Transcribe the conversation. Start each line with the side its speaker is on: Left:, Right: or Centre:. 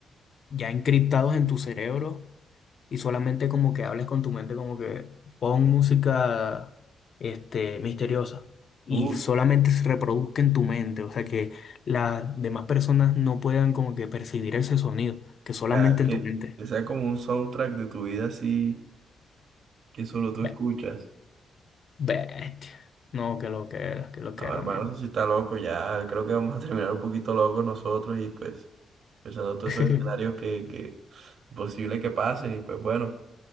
Left: ya encriptados en tu cerebro y solamente como que hables con tu mente como que pon música este, misteriosa y
Right: uf,
Left: solamente se reproduzca en tu mente, o sea que las demás personas no puedan como que percibir ese sonido, que solamente
Right: o sea, que,
Left: en tu mente.
Right: que sea como un soundtrack de tu vida así que solo tú
Left: Be-
Right: escuchas.
Left: Bestia. No, que lo que era, que lo
Right: No,
Left: que era,
Right: hermano,
Left: amigo.
Right: eso sí está loco. Ya creo que vamos a terminar un poquito locos nosotros y pues pensando todos
Left: <laughs>
Right: esos escenarios que, que posible que pasen. Y pues bueno,